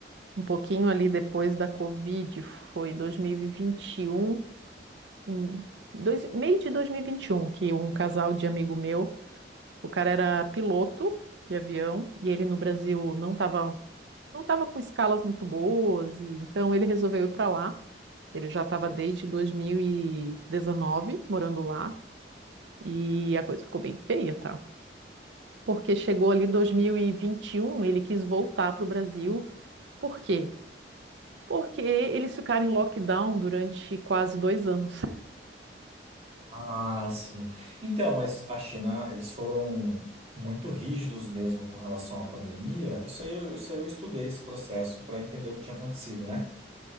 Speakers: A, on the right; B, on the right.
A: um pouquinho ali depois da Covid, foi 2021, em dois, meio de 2021, que um casal de amigo meu, o cara era piloto de avião e ele no Brasil não estava não estava com escalas muito boas, e então ele resolveu ir para lá. Ele já estava desde 2019 morando lá e a coisa ficou bem feia, tá? Porque chegou ali 2021, ele quis voltar para o Brasil. Por quê? Porque eles ficaram em lockdown durante quase dois anos.
B: Ah, sim. Então, mas a China, eles foram muito rígidos mesmo com relação à pandemia. Isso aí, eu- isso aí eu estudei esse processo para entender o que tinha acontecido, né?